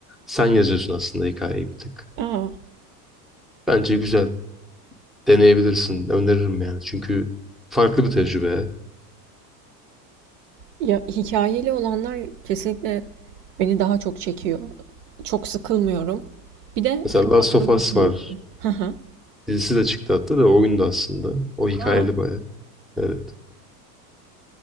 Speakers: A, in the centre; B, on the right (about 70°).
A: Sen yazıyorsun aslında hikayeyi bir tık.
B: Aa.
A: Bence güzel. Deneyebilirsin. Öneririm yani. Çünkü farklı bir tecrübe.
B: Ya hikayeli olanlar kesinlikle beni daha çok çekiyor. Çok sıkılmıyorum. Bir de
A: Mesela
B: hani
A: Last
B: akılda
A: of Us
B: kalıcı.
A: var.
B: Hı hı.
A: Dizisi de çıktı hatta da oyun da aslında. O hikayeli
B: A!
A: baya. Evet.